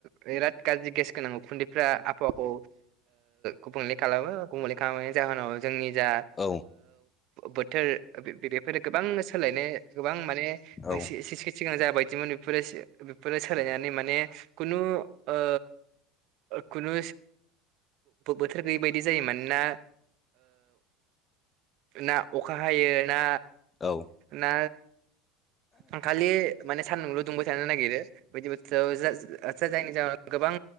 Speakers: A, on the right; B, on the left.
A: बिराद गाज्रि गेस गोनां उखुन्दैफ्रा आबहावाखौ गुबुंले खालामो गुबुंले खालामनायनि जाहोनाव जोंनि जा
B: औ
A: बोथोर बेफोरो गोबां सोलायनो गोबां माने ।
B: औ
A: नोंसेखेथि गोनां जाबायदिमोन बेफोरो बेफोरो सोलायनानै माने। खुनु आ खुनु बोथोर गैयै बायदि जायो मानोना ना अखा हायो ना
B: औ औ
A: ना आंखालि माने सान्दुंल' दुंबाय थानो नागिरो बिदि थ आचचसा जायनि जाहउोनाव गोबां